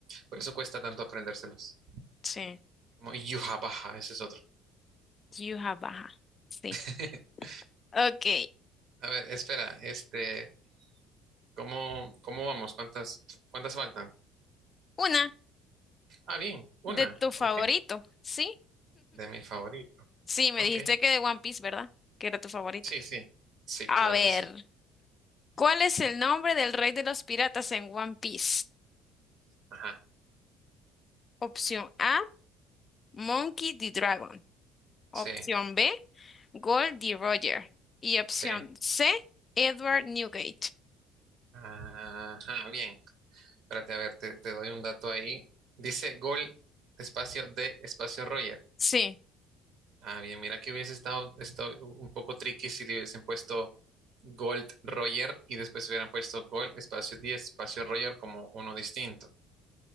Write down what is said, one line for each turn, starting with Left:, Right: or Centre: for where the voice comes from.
Right: Por eso cuesta tanto aprendérselos.
Left: sí.
Right: Como Yuhabaha, ese es otro.
Left: Yuja baja. Sí.
Right: <laughs>
Left: Ok.
Right: A ver, espera, este. ¿Cómo, cómo vamos? ¿Cuántas, cuántas faltan?
Left: Una
Right: Ah, bien, una.
Left: de tu favorito,
Right: Ok.
Left: ¿sí?
Right: De mi favorito.
Left: Sí, me
Right: Ok.
Left: dijiste que de One Piece, ¿verdad? Que era tu favorito.
Right: Sí, sí. Sí,
Left: A
Right: claro
Left: ver,
Right: que sí.
Left: ¿cuál es el nombre del rey de los piratas en One Piece?
Right: Ajá.
Left: Opción A, Monkey D. Dragon. Opción
Right: Sí,
Left: B, Gold D. Roger. Y opción
Right: sí.
Left: C, Edward Newgate.
Right: Ajá, bien. Espérate, a ver, te, te doy un dato ahí. Dice gol, espacio de, espacio Roger.
Left: Sí.
Right: Ah, bien, mira que hubiese estado, estado un poco tricky si le hubiesen puesto Gold Roger y después hubieran puesto Gold, espacio 10 espacio Roger como uno distinto.